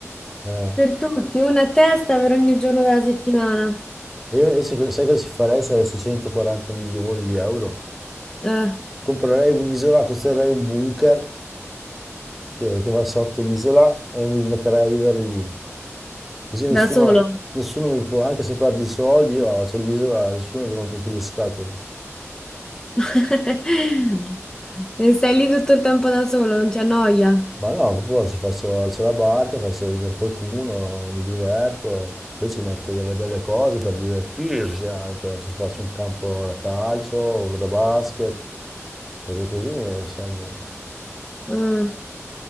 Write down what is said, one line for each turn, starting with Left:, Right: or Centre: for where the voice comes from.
Centre: Eh.
Left: Per tutti, una a testa per ogni giorno della settimana.
Centre: Io invece co- sai cosa ci farei se avessi 140 milioni di euro?
Left: Eh,
Centre: Comprerei un'isola, costruirei un bunker che, che va sotto l'isola e mi metterei a vivere lì. Così nessuno,
Left: da solo.
Centre: nessuno mi può, anche se perdi i soldi, io ho l'isola, nessuno mi rompe più le scatole.
Left: <laughs> E stai lì tutto il tempo da solo, non ti annoia?
Centre: Ma no, proprio ci faccio, alzo la barca, faccio venire qualcuno, mi diverto, poi ci metto delle belle cose per divertirsi anche, non so, se faccio un campo da calcio, uno da basket, cose così, insomma.
Left: Ah,